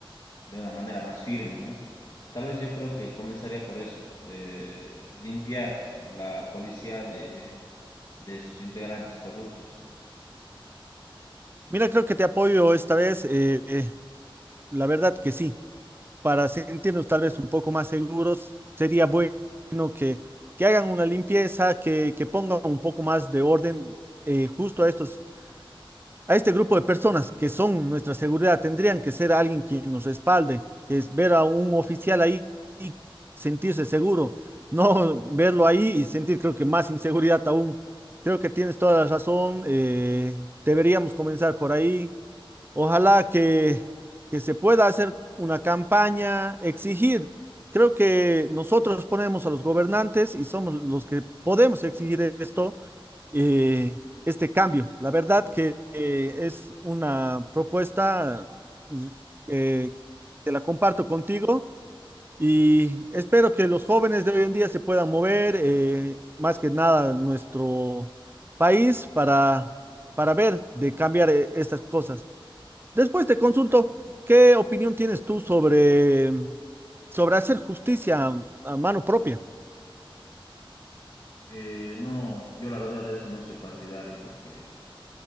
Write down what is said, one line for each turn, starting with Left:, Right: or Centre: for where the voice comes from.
Left: de una manera más firme, ¿no? Tal vez yo creo que comenzaría por eso, eh, limpiar la policía de, de sus integrantes corruptos.
Right: Mira, creo que te apoyo esta vez, eh, eh, la verdad que sí. para sentirnos tal vez un poco más seguros, sería bueno que, que hagan una limpieza, que, que pongan un poco más de orden eh, justo a estos, a este grupo de personas que son nuestra seguridad. Tendrían que ser alguien quien nos respalde, que es ver a un oficial ahí y sentirse seguro, no verlo ahí y sentir creo que más inseguridad aún. Creo que tienes toda la razón. eh, deberíamos comenzar por ahí. Ojalá que, que se pueda hacer una campaña, exigir. Creo que nosotros ponemos a los gobernantes y somos los que podemos exigir esto, eh, este cambio. La verdad que eh, es una propuesta pues, eh, que la comparto contigo y espero que los jóvenes de hoy en día se puedan mover, eh, más que nada nuestro país, para, para ver de cambiar eh, estas cosas. Después te consulto, ¿qué opinión tienes tú sobre, sobre hacer justicia a a mano propia?
Left: Eh, no, yo la verdad de eso no soy partidario porque,